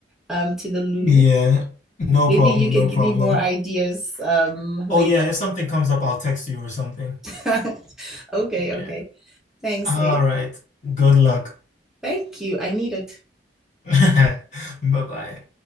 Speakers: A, in the centre; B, on the left.
A: um to the loo
B: yeah. No
A: Maybe
B: problem,
A: you can
B: no
A: give
B: problem.
A: me more ideas um, later.
B: Oh yeah, if something comes up, I'll text you or something.
A: <laughs> Okay,
B: Yeah.
A: okay. Thanks,
B: All
A: hey.
B: right. Good luck.
A: Thank you. I need it.
B: <laughs> Bye-bye.